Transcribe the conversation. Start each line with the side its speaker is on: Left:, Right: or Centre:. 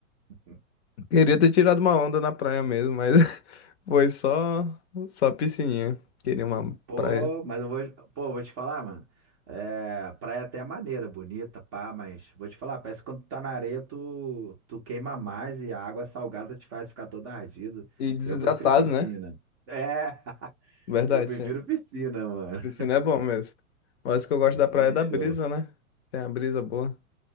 Right: <laughs>
Left: Queria ter tirado uma onda na praia mesmo, mas <laughs> foi só só piscininha. Queria uma
Right: Pô,
Left: praia.
Right: mas eu vou, pô, vou te falar, mano. É, praia até é maneira, bonita, pá, mas vou te falar, parece que quando tu tá na areia, tu, tu queima mais e a água salgada te faz ficar todo ardido.
Left: E desidratado,
Right: Eu prefiro piscina.
Left: né?
Right: É, <laughs>
Left: Verdade,
Right: eu prefiro
Left: sim.
Right: piscina, mano.
Left: Piscina é bom mesmo. Mas o que eu gosto
Right: Piscina
Left: da praia é da
Right: é show.
Left: brisa, né? Tem a brisa boa.